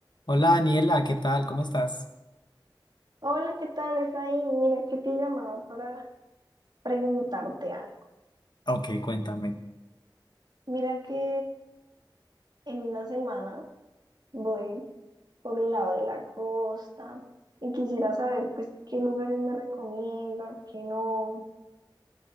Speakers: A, on the left; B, on the right.
A: Hola Daniela, ¿qué tal? ¿Cómo estás?
B: Hola, ¿qué tal, Efraín? Mira que te he llamado para preguntarte algo.
A: Ok, cuéntame.
B: Mira que en una semana voy por el lado de la costa y quisiera saber pues qué lugares me recomiendas, qué no.